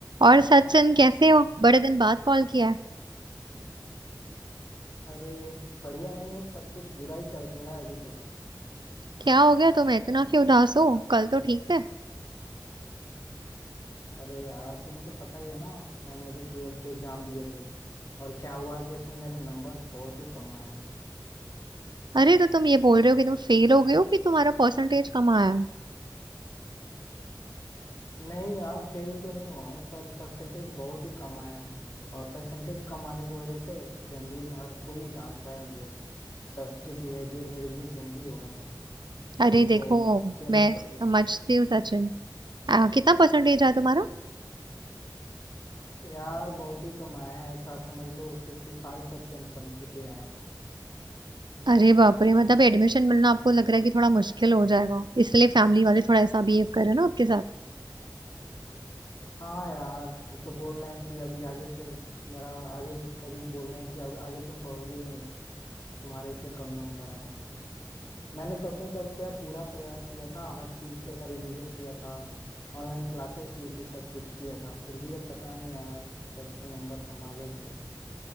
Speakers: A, on the right; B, on the left.
A: और सचिन कैसे हो बड़े दिन बाद कॉल किया है
B: अरे बढ़िया नहीं हूँ सब कुछ बुरा ही चल रहा है अभी तो
A: क्या हो गया तुम्हें इतना क्यों उदास हो कल तो ठीक थे
B: अरे यार तुम्हें तो पता ही है ना मैंने अभी ट्वेल्थ के एग्जाम दिए थे और क्या हुआ कि इसमें मेरे नंबर बहुत ही कम आए हैं
A: अरे तो तुम ये बोल रहे हो कि तुम फेल हो गए हो कि तुम्हारा परसेंटेज कम आया है
B: नहीं यार फेल तो नहीं हुआ हूँ पर परसेंटेज बहुत ही कम आए हैं और परसेंटेज कम आने की वजह से फैमिली में हर कोई डांट रहा है मुझे सबके बिहेवियर मेरे लिए चेंज ही हो गए हैं
A: अरे
B: अभी
A: देखो
B: तो अकेला
A: मैं
B: ही पड़
A: समझती
B: गया हूँ
A: हूँ सचिन आ, कितना परसेंटेज आया तुम्हारा
B: यार बहुत ही कम आए हैं ऐसा समझ लो फिफ्टी फाइव परसेंट समथिंग के आए हैं
A: अरे बाप रे मतलब एडमिशन मिलना आपको लग रहा है कि थोड़ा मुश्किल हो जाएगा इसलिए फैमिली वाले थोड़ा ऐसा बिहेव कर रहे हैं ना आपके साथ
B: हाँ यार वो तो बोल रहे हैं कि अभी आगे से मेरा आगे कभी बोल रहे हैं कि अब आगे तुम पढ़ोगे ही नहीं तुम्हारे इतने कम नंबर आए हैं तो मैंने तो अपने तरफ से यार पूरा प्रयास किया था हर चीज का रिवीजन किया था ऑनलाइन क्लासेस ली थी सब कुछ किया था फिर भी अब पता नहीं यार कैसे नंबर कम आ गए मेरे